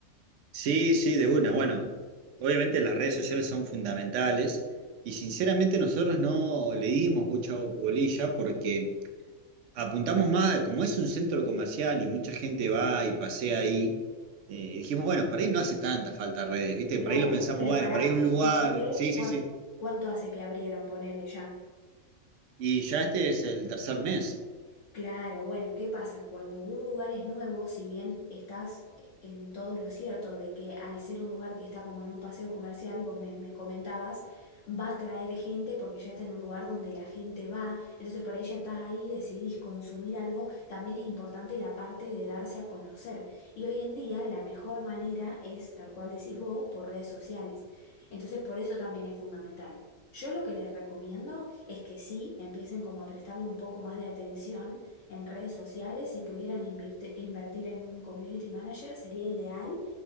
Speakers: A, on the right; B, on the left.
A: sí, sí, de una. Bueno, obviamente las redes sociales son fundamentales y sinceramente nosotros no le dimos mucha bolilla porque... apuntamos más, a- como es un centro comercial y mucha gente va y pasea ahí, eh, dijimos, bueno, por ahí no hace tanta falta redes, ¿viste?
B: Claro,
A: Por ahí lo pensamos,
B: pero
A: bueno,
B: pará,
A: por ahí un lugar,
B: ¿ustedes
A: sí,
B: cuán-
A: sí, sí.
B: cuánto hace que abrieron, ponele ya?
A: Y ya este es el tercer mes.
B: Claro, bueno, ¿qué pasa? Cuando un lugar es nuevo, si bien estás en todo lo cierto de que al ser un lugar que está como en un paseo comercial, vos me, me comentabas, va a traer gente porque ya está en un lugar donde la gente va, entonces por ahí ya estás ahí, decidís consumir algo, también es importante la parte de darse a conocer. Y hoy en día la mejor manera es, tal cual decís vos, por redes sociales. Entonces por eso también es fundamental. Yo lo que les recomiendo es que sí empiecen como a prestarle un poco más de atención en redes sociales, si pudieran invirte- invertir en un community manager sería ideal,